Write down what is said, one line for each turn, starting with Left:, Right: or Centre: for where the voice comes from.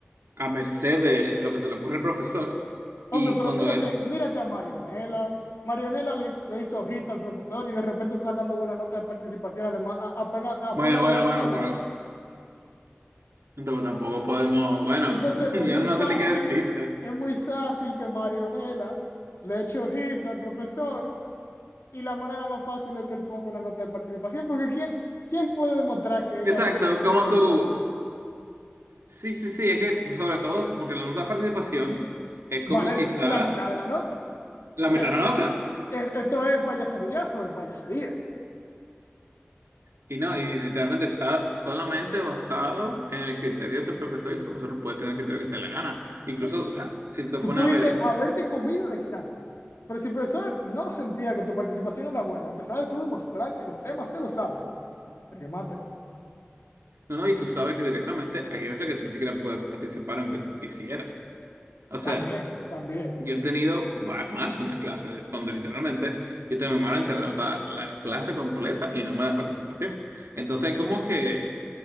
Right: a merced de lo que se le ocurre al profesor
Left: Hombre,
Right: y
Left: pero
Right: cuando
Left: mírate,
Right: él,
Left: mírate a Marionela. Marionela le, hiz- le hizo ojito al profesor y de repente está sacando buena nota de participación, además, a- apenas, apenas
Right: bueno, bueno,
Left: levanta
Right: bueno,
Left: la mano.
Right: pero entonces tampoco podemos, bueno,
Left: Entonces
Right: <laughs>
Left: es
Right: yo
Left: muy
Right: no
Left: fácil,
Right: sé ni qué decirte.
Left: es muy fácil que Marionela le eche ojito al profesor y la manera más fácil es que él ponga una nota de participación, porque ¿quién, quién puede demostrar que ella
Right: Exacto,
Left: bueno participó
Right: como tú,
Left: en clase?
Right: sí, sí, sí, es que sobre todo porque la nota de participación es como
Left: vale
Right: quizá
Left: la mitad de la nota.
Right: la
Left: O sea,
Right: mitad de la nota
Left: es- esto es payasería sobre payasería.
Right: y no, y literalmente está solamente basado en el criterio de ese profesor y ese profesor puede tener el criterio que se le gana. Incluso,
Left: Exacto.
Right: o sea, si tú te
Left: Tú
Right: pones
Left: pudiste
Right: a ver...
Left: haberte comido el examen, pero si el profesor no sentía que tu participación era buena, a pesar de tú demostrar que los temas te los sabes, te quemaste.
Right: No, no, y tú sabes que directamente hay veces que tú ni siquiera puedes participar aunque tú quisieras. O sea,
Left: También, también.
Right: yo he tenido va- más de una clase de- donde literalmente yo tengo mi mano entera levantada la clase completa y no me dan participación. Entonces hay como que